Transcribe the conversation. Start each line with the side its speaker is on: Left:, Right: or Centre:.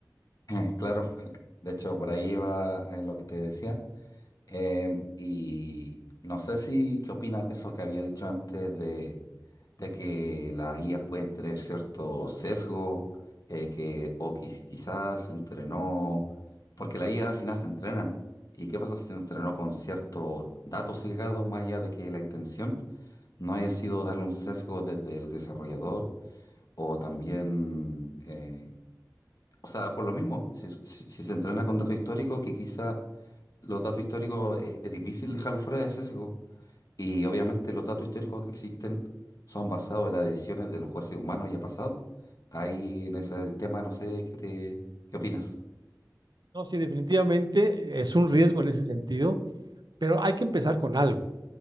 Left: <laughs> claro. <laughs> De hecho, por ahí va eh, lo que te decía. Em, y no sé si, ¿qué opinas de eso que había dicho antes de, de que las IAs pueden tener cierto sesgo, eh, que, o que si quizás se entrenó, porque la IA al final se entrenan. ¿Y qué pasa si se entrenó con cierto dato sesgado, más allá de que la intención no haya sido darle un sesgo desde el desarrollador o también, eh, o sea, por lo mismo, si, si si se entrena con datos históricos que quizá los datos históricos es, es difícil dejarlos fuera de sesgo. Y obviamente los datos históricos que existen son basados en las decisiones de los jueces humanos ya pasados. Ahí en ese tema no sé qué te, qué opinas.
Right: No, sí, definitivamente eh, es un riesgo en ese sentido, pero hay que empezar con algo.